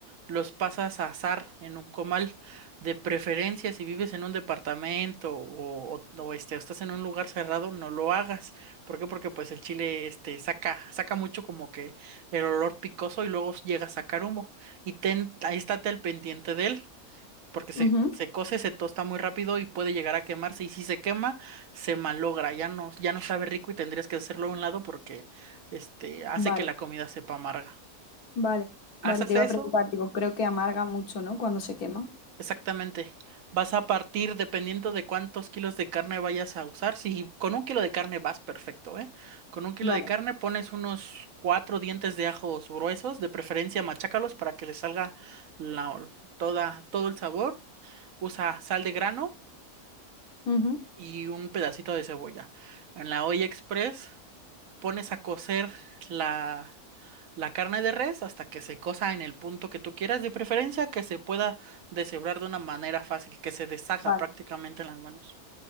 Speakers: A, on the right (about 70°); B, on the left (about 80°).
A: los pasas a asar en un comal. De preferencia, si vives en un departamento o, o- o, este, o estás en un lugar cerrado, no lo hagas. ¿Por qué? Porque pues el chile este, saca, saca mucho como que el olor picoso y luego llega a sacar humo. Y ten, ahí estate al pendiente de él porque se,
B: Ujú.
A: se cose, se tosta muy rápido y puede llegar a quemarse. Y si se quema, se malogra, ya no, ya no sabe rico y tendrías que hacerlo a un lado porque este, hace
B: Vale,
A: que la comida sepa amarga.
B: vale,
A: ¿Haces
B: vale. Te iba
A: eso?
B: a preguntar, digo, creo que amarga mucho, ¿no? Cuando se quema.
A: Exactamente. Vas a partir dependiendo de cuántos kilos de carne vayas a usar. Si con un kilo de carne vas perfecto, ¿eh? Con un kilo
B: Vale.
A: de carne pones unos cuatro dientes de ajos gruesos, de preferencia machácalos para que le salga la- toda, todo el sabor. Usa sal de grano
B: Ujú.
A: y un pedacito de cebolla. En la olla express pones a cocer la, la carne de res hasta que se cosa en el punto que tú quieras, de preferencia que se pueda deshebrar de una manera fácil, que se deshaga
B: Vale,
A: prácticamente en las manos.